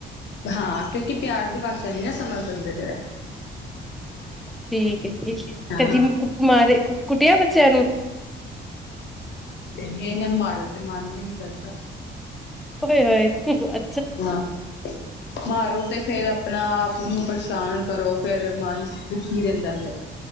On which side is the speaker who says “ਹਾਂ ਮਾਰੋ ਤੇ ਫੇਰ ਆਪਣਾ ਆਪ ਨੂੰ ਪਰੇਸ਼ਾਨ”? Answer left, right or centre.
Left